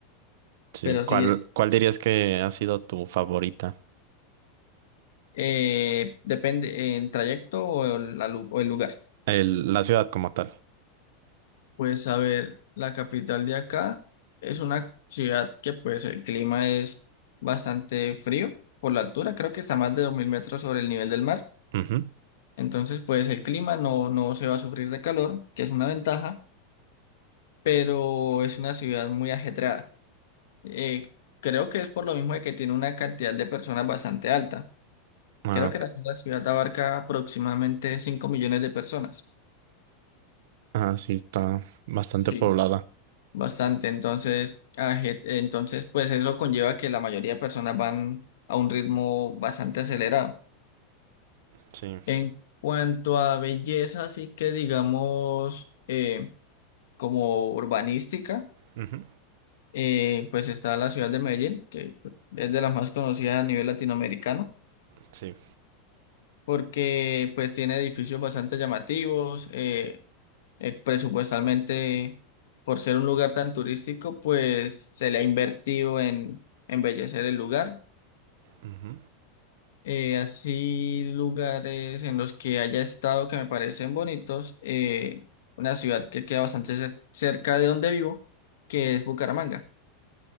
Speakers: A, on the right; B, on the left.
A: sí.
B: Pero
A: ¿Cuál,
B: sí,
A: cuál dirías que ha sido tu favorita?
B: eh, depende en trayecto o el la lu- o el lugar.
A: El, la ciudad como tal.
B: Pues a ver, la capital de acá es una ciudad que pues el clima es bastante frío por la altura, creo que está más de 2.000 metros sobre el nivel del mar,
A: Ujú.
B: entonces pues el clima no, no se va a sufrir de calor, que es una ventaja, pero es una ciudad muy ajetreada. Eh, creo que es por lo mismo de que tiene una cantidad de personas bastante alta.
A: Ah,
B: Creo
A: ok.
B: que la la ciudad abarca aproximadamente 5 millones de personas.
A: Ah, sí, está bastante
B: Sí.
A: poblada.
B: Bastante, entonces, a entonces, pues eso conlleva que la mayoría de personas van a un ritmo bastante acelerado.
A: Sí,
B: En cuanto a belleza, sí que digamos, eh, como urbanística,
A: ujú,
B: eh, pues está la ciudad de Medellín, que pues, es de las más conocidas a nivel latinoamericano,
A: Sí,
B: porque pues tiene edificios bastante llamativos, eh, eh, presupuestalmente, por ser un lugar tan turístico, pues se le ha invertido en embellecer el lugar
A: ujú.
B: eh, así lugares en los que haya estado que me parecen bonitos. eh, una ciudad que queda bastante cer- cerca de donde vivo, que es Bucaramanga.